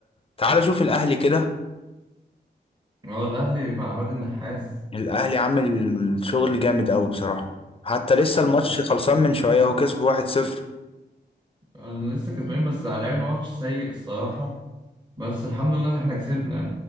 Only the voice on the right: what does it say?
هو الاهلي مع عماد النحاس
اه
آه.
أنا لسه كسبانين بس لعبنا ماتش سيء الصراحة بس الحمد لله إن إحنا كسبنا